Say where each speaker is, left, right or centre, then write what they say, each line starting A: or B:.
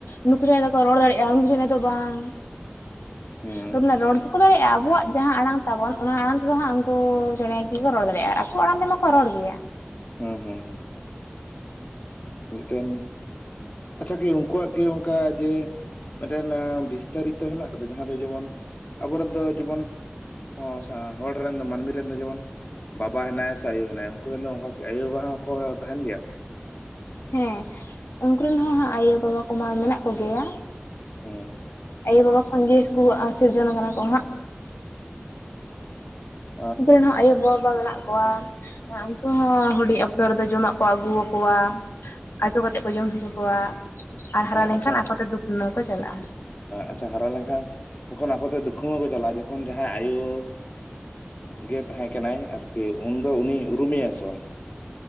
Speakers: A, on the left; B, on the left.
A: ᱱᱩᱠᱩ ᱪᱮᱬᱮ ᱫᱚᱠᱚ ᱨᱚᱲ ᱫᱟᱲᱮᱭᱟᱜᱼᱟ ᱩᱱᱠᱩ ᱪᱮᱬᱮ ᱫᱚ ᱵᱟᱝ <unintelligible>
B: ᱦᱮᱸ
A: ᱵᱟᱠᱩ ᱞᱟᱹᱭᱟ ᱨᱚᱲ ᱫᱚ- ᱠᱚ ᱫᱟᱲᱮᱭᱟᱜᱼᱟ ᱟᱵᱚᱣᱟᱜ ᱡᱟᱦᱟᱸ ᱟᱲᱟᱝ ᱛᱟᱵᱚᱱ ᱚᱱᱟ ᱟᱲᱟᱝ ᱛᱮᱫᱚ ᱦᱟᱸᱜ ᱩᱱᱠᱩ ᱪᱮᱬᱮ ᱜᱮᱠᱚ ᱨᱚᱲ ᱫᱟᱲᱮᱼᱟ ᱟᱠᱚ ᱟᱲᱟᱝ ᱛᱮᱢᱟ ᱠᱚ ᱨᱚᱲ ᱜᱮᱭᱟ᱾
B: ᱦᱮᱸ ᱦᱮᱸ᱾ ᱢᱤᱫᱴᱮᱱ ᱟᱪᱪᱷᱟ ᱠᱤ ᱩᱱᱠᱩᱣᱟᱜ ᱠᱤ ᱝᱠᱟ ᱡᱮ ᱢᱤᱫᱴᱮᱱ ᱵᱤᱥᱛᱟᱨᱤᱛᱚ ᱦᱮᱱᱟᱜ ᱟᱠᱟᱫᱟ ᱡᱟᱦᱟᱸ ᱫᱚ ᱡᱮᱢᱚᱱ ᱟᱵᱚᱨᱮᱱ ᱫᱚ ᱡᱮᱢᱚᱱ ᱚ ᱥᱟ ᱦᱚᱲ ᱨᱮᱱ ᱫᱚ ᱢᱟᱱᱢᱤ ᱨᱮᱱ ᱫᱚ ᱡᱮᱢᱚᱱ ᱵᱟᱵᱟ ᱦᱮᱱᱟᱭᱟ ᱥᱮ ᱟᱭᱳ ᱦᱮᱱᱟᱭᱟ ᱩᱱᱠᱩ ᱨᱮᱱ ᱫᱚ ᱚᱝᱠᱟ ᱠᱩ ᱟᱭᱳ ᱵᱟᱵᱟ ᱦᱚᱠᱚ ᱛᱟᱦᱮᱱ ᱜᱮᱭᱟ᱾
A: ᱦᱮᱸ ᱩᱱᱠᱩ ᱨᱮᱱ ᱦᱚᱸᱦᱟᱸᱜ ᱟᱭᱳ ᱵᱟᱵᱟ ᱠᱚᱢᱟ ᱢᱮᱱᱟᱜ ᱠᱚᱜᱮᱭᱟ᱾
B: <inaudible>
A: ᱟᱭᱳ ᱵᱟᱵᱟ ᱠᱷᱚᱱ ᱜᱮ ᱠᱩ ᱟᱥᱤᱨᱡᱚᱱ ᱟᱠᱟᱱᱟ ᱠᱚ ᱦᱟᱸᱜ᱾
B: ᱦᱩ᱾
A: ᱩᱱᱠᱩ ᱨᱮᱱ ᱦᱚᱸ ᱟᱭᱳᱼᱵᱟᱵᱟ ᱵᱟᱝᱞᱟᱜ ᱠᱚᱣᱟ ᱩᱱᱠᱩ ᱦᱚᱸ ᱦᱩᱰᱤᱧ ᱚᱠᱛᱚ ᱨᱮᱫᱚ ᱡᱚᱢᱟᱜ ᱠᱚ ᱟᱹᱜᱩ ᱟᱠᱚᱣᱟ᱾ ᱟᱡᱚ ᱠᱟᱛᱮ ᱠᱚ ᱡᱚᱢ ᱦᱚᱪᱚ ᱠᱚᱣᱟ ᱟᱨ ᱦᱟᱨᱟ ᱞᱮᱱᱠᱷᱟᱱ
B: ᱟᱪᱪᱷᱟ
A: ᱟᱠᱚ ᱛᱮ ᱫᱩᱠᱷᱱᱟᱹᱣ ᱠᱚ ᱪᱟᱞᱟᱜᱼᱟ᱾
B: ᱟᱪᱪᱷᱟ ᱦᱟᱨᱟ ᱞᱮᱱᱠᱷᱟᱱ ᱡᱚᱠᱷᱚᱱ ᱟᱠᱚ ᱛᱮ ᱫᱩᱠᱷᱚᱢᱚᱜ ᱠᱚ ᱪᱟᱞᱟᱜᱼᱟ ᱡᱚᱠᱷᱚᱱ ᱡᱟᱦᱟᱭ ᱟᱭᱳ- ᱜᱮ ᱛᱟᱦᱮᱸ ᱠᱟᱱᱟᱭ ᱟᱨᱠᱤ ᱩᱱᱫᱚ ᱩᱱᱤ ᱩᱨᱩᱢᱮᱟᱭ ᱥᱮ ᱵᱟᱝ᱾